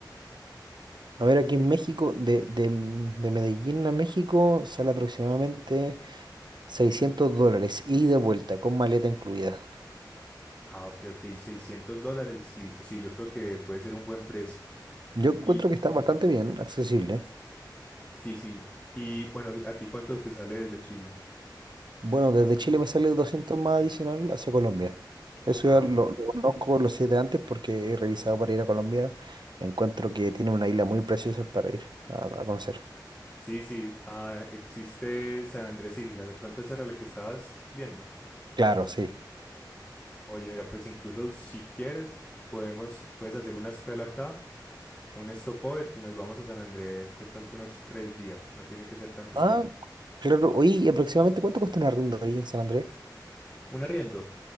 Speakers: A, on the right; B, on the left.
A: A ver, aquí en México, de, de- de Medellín a México sale aproximadamente 600 dólares y de vuelta, con maleta incluida.
B: Ah, ok, ok, 600 dólares, listo. Sí, yo creo que puede ser un buen precio.
A: Yo encuentro
B: Y
A: que está bastante bien, accesible.
B: sí, sí. Y bueno, ¿a ti cuánto te sale desde Chile?
A: Bueno, desde Chile me sale 200 más adicional hacia Colombia. Eso
B: Ah,
A: ya
B: bueno,
A: lo,
B: bien.
A: lo conozco, lo sé de antes porque he revisado para ir a Colombia. Encuentro que tiene una isla muy preciosa para ir a, a conocer.
B: Sí, sí, ah, existe San Andrés Isla. De pronto esa era la que estabas viendo.
A: Claro, sí.
B: Oye, mira, pues incluso si quieres, podemos, puedes hacer una escala acá un stopover y nos vamos a San Andrés de pronto unos tres días, no tiene que ser tanto
A: Ah,
B: tiempo.
A: claro. Oye, ¿y aproximadamente cuánto cuesta un arriendo ahí en San Andrés?
B: Un arriendo.